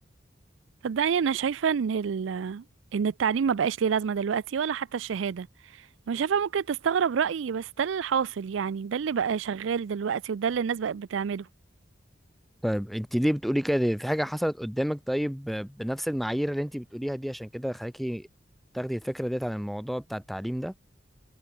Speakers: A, on the right; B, in the centre.
A: صدقني انا شايفه ان ال... ان التعليم ما بقاش ليه لازمه دلوقتي ولا حتى الشهاده انا شايفه ممكن تستغرب رايي بس ده اللي حاصل يعني ده اللي بقى شغال دلوقتي وده اللي الناس بقت بتعمله
B: طيب انت ليه بتقولي كده في حاجة حصلت قدامك طيب ب- بنفس المعايير اللي انت بتقوليها دي عشان كده خلاكي تاخدي الفكرة ديت عن الموضوع بتاع التعليم ده